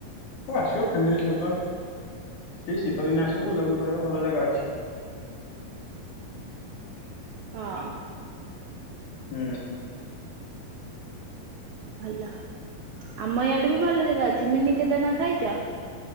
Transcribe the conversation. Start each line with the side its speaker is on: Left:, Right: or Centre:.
Left: ଆଉ ଆସିବ ଫ୍ୟାମିଲି ସହିତ। ସେ ଶୀତ ଦିନ ଆସିବ ବୁଲାବୁଲି କରିବା ଭଲ ଜାଗା ଅଛି।
Right: ହଁ,
Left: ହୁଁ,
Right: ଭଲ ଆମ ଇଆଡେ ବି ଭଲ ଜାଗା ଅଛି ମିନି କେଦାରନାଥ ଆଇଛ?